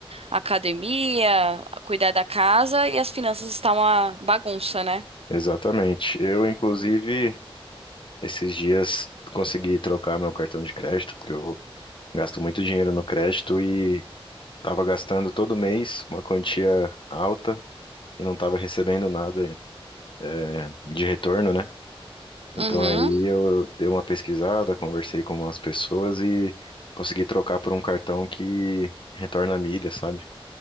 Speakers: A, on the right; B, on the left.
A: academia, cuidar da casa e as finanças estão uma bagunça, né?
B: Exatamente. Eu, inclusive, esses dias consegui trocar meu cartão de crédito, porque eu gasto muito dinheiro no crédito e estava gastando todo mês uma quantia alta e não estava recebendo nada é, de retorno, né? Então
A: Uhum.
B: aí eu dei uma pesquisada, conversei com umas pessoas e consegui trocar por um cartão que retorna milha, sabe?